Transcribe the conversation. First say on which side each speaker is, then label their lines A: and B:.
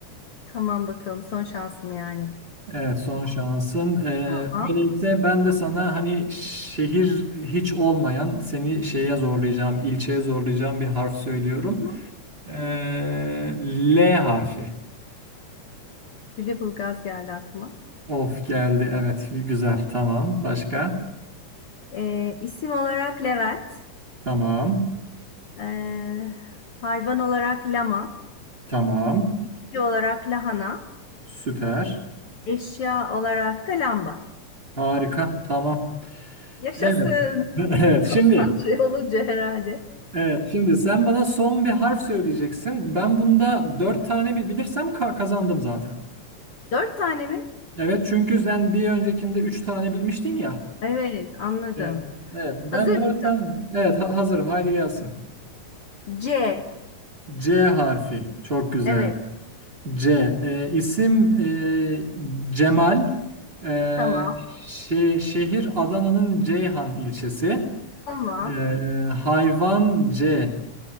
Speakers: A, on the left; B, on the right.
A: Tamam bakalım son şansım yani.
B: Evet son şansın. Ee,
A: Tamam.
B: böylelikle ben de sana hani şehir hiç olmayan seni şeye zorlayacağım, ilçeye zorlayacağım bir harf söylüyorum.
A: Hmm.
B: Ee, L harfi.
A: Lüleburgaz geldi aklıma.
B: Of geldi evet güzel tamam. Başka?
A: Ee, isim olarak Levent,
B: Tamam.
A: ee, hayvan olarak lama,
B: Tamam.
A: bitki olarak lahana,
B: Süper.
A: eşya olarak da lamba.
B: Harika tamam.
A: Yaşasın.
B: Evet. <laughs> Evet
A: <laughs>
B: şimdi.
A: Konsantre olunca herhalde.
B: Evet, şimdi sen bana son bir harf söyleyeceksin. Ben bunda dört tane bi- bilirsem ka- kazandım zaten.
A: Dört tane mi?
B: Evet çünkü sen bir öncekinde 3 tane bilmiştin ya.
A: Evet, anladım.
B: Evet. Evet ben
A: Hazır
B: 4
A: mısın?
B: tane. Evet ha- hazırım haydi gelsin.
A: C.
B: C harfi çok güzel.
A: Evet,
B: C e, isim e, Cemal. E,
A: tamam.
B: şe- şehir Adana'nın Ceyhan ilçesi.
A: Tamam.
B: E, hayvan C.